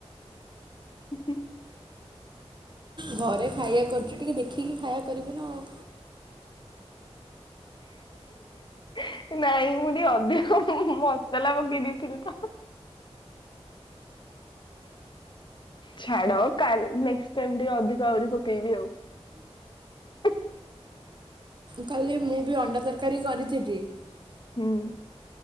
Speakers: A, on the left; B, on the right.
A: ହଁ।
B: ଘରେ ଖାଇବା କରୁଛୁ ଟିକେ ଦେଖିକି ଖାଇବା କରିବୁ ନା ଆଉ
A: ନାଇଁ ମୁଁ ଟିକେ ଅଧିକ ମସଲା ପକେଇ ଦେଇଥିଲି ତ। ଛାଡ ନେକ୍ସଟ୍ ଟାଇମ ଆଉ ଟିକେ ଅଧିକ ଆହୁରି ପକେଇବି ଆଉ। ହ।
B: କାଲି ମୁଁ ବି ଅଣ୍ଡା ତରକାରୀ କରିଥିଲି <unintelligible>
A: ହୁଁ।